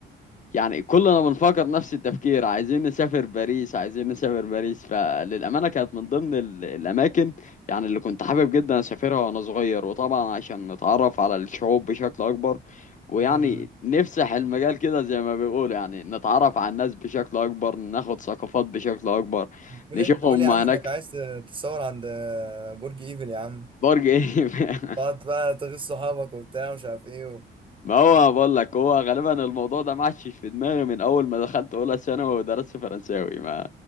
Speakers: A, on the left; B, on the right.
A: يعني كلنا بنفكر نفس التفكير عايزين نسافر باريس عايزين نسافر باريس فللأمانة كانت من ضمن ال- الأماكن يعني اللي كنت حابب جدا أسافرها وأنا صغير وطبعا عشان نتعرف على الشعوب بشكل أكبر ويعني
B: امم
A: نفسح المجال كده زي ما بيقولوا يعني نتعرف على الناس بشكل أكبر ناخد ثقافات بشكل أكبر
B: قول
A: نشوفهم
B: انت قول يا عم
A: هناك
B: انك عايز ت- تصور عند آه، برج ايفل يا عم
A: برج إيه <laughs>
B: تقعد بقى تغيظ صحابك وبتاع ومش عارف ايه و...
A: ما هو بقول لك هو غالبا الموضوع ده معش في دماغي من اول ما دخلت اولى ثانوي ودرست فرنساوي ما